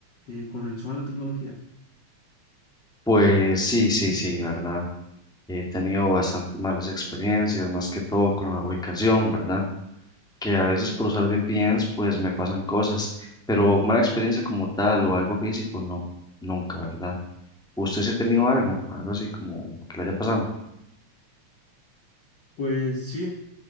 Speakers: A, on the left; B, in the centre.
A: eh, con relación a la tecnología?
B: Pues sí, sí, sí, ¿verdad? He tenido bastantes malas experiencias, más que todo con la ubicación, ¿verdad? Que a veces por usar VPNs pues me pasan cosas, pero mala experiencia como tal o algo físico, no, nunca, ¿verdad? ¿Usted se ha tenido algo, algo así como que le haya pasado?
A: Pues sí,